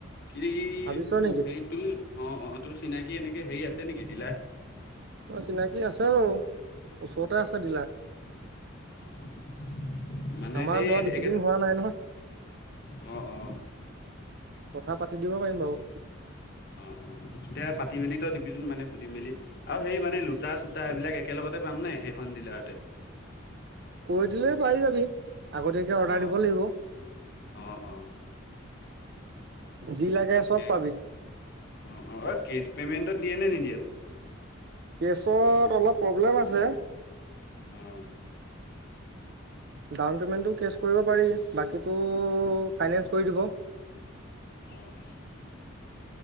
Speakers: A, on the left; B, on the right.
A: কিন্তু ই
B: ভাবিছ
A: উ
B: নেকি
A: হেৰি তোৰ অহ অহ তোৰ চিনাকি এনেকে হেৰি আছে। নেকি ডিলাৰ?
B: অ চিনাকি আছে বাৰু। ওচৰতে আছে ডিলাৰ
A: অহ অহ মানে
B: আমাৰ
A: সেই
B: লোৱা বেছি
A: একেটা
B: দিন হোৱা নাই নহয়
A: অ অ
B: কথা পাতি দিব পাৰিম বাৰু
A: অহ অহ তেতিয়া পাতি মেলি তই দিবিচোন মানে সুধি মেলি আৰু সেই মানে লো ইস্কতা চস্কতা এইবিলাক একেলগতে পাম নে সেইখন ডিলাৰতে
B: কৈ দিলে পাই যাবি আগতীয়াকে অৰ্ডাৰ
A: অ',
B: দিব লাগিব
A: অ', অ',
B: যি লাগে
A: তাকে
B: চব পাবি
A: অ অ ঐ কেছ পেমেণ্টত দিয়ে নে নিদিয়ে বাও
B: কেছত অলপ প্ৰব্লেম আছে
A: অহ
B: ডাউন পেমেণ্টটো কেছ কৰিব পাৰি বাকীটো ফাইনেন্স কৰি দিব
A: অহ অহ